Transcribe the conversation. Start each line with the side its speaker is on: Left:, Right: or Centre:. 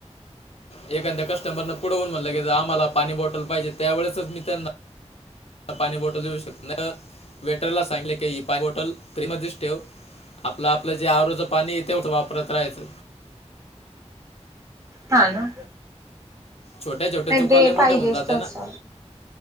Left: एखांद्या कस्टमरन पुढं होऊन म्हणलं, की जा, आम्हाला पाणी बॉटल पाहिजे. त्यावेेळेसच मी त्यांना पाणी बॉटल देऊ शकत नाही. वेटरला सांगले, की ही पाणी बॉटल फ्रीमध्येच ठेव आपलं, आपलं जे आरओच पाणी येतेव, तेवढं वापरत राहायचं.
Right: हा ना.
Left: छोट्या छोट्या
Right: नाही
Left: चुकालाय
Right: ते
Left: मोठ्या
Right: पाहिजेच
Left: होऊन जात
Right: तसं.
Left: ना,